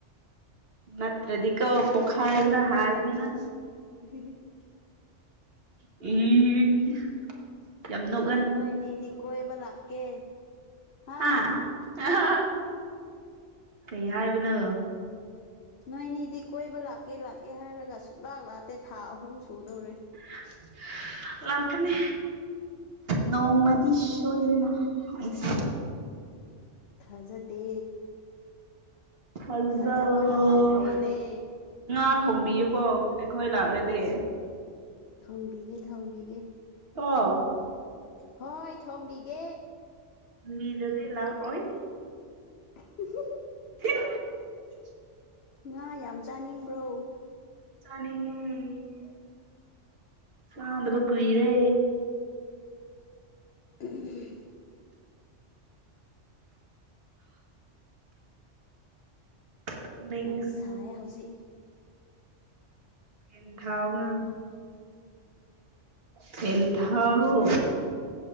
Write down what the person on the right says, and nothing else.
ꯅꯠꯇ꯭ꯔꯗꯤꯀꯣ ꯄꯣꯈꯥꯏꯕꯅ ꯍꯥꯜꯂꯅꯤ ꯅꯪ꯫
<unintelligible> ꯌꯥꯝ ꯅꯣꯛ
ꯍꯥ <unintelligible> ꯀꯩ ꯍꯥꯏꯕꯅꯣ꯫
<inaudible> ꯂꯥꯛꯀꯅꯤ ꯅꯧꯃꯗꯤ ꯁꯣꯏꯗꯅ ꯑꯩꯁ꯫
ꯊꯖꯑꫭ
ꯉꯥ ꯊꯣꯡꯕꯤꯌꯨꯀꯣ ꯑꯩꯈꯣꯏ ꯂꯥꯛꯔꯗꯤ꯫
ꯀꯣ꯫
ꯕꯤꯗ꯭ꯔꯗꯤ ꯂꯥꯛ ꯑꯣꯏ꯫
<unintelligible>
ꯆꯥꯅꯤꯡꯉꯦ꯫ ꯆꯥꯗꯕ ꯀꯨꯏꯔꯦ꯫
ꯇꯨꯝꯅꯤꯡꯉꯦ
ꯐꯦꯟ ꯊꯥꯎꯅ ꯐꯦꯟ ꯊꯥꯎꯑꯣ꯫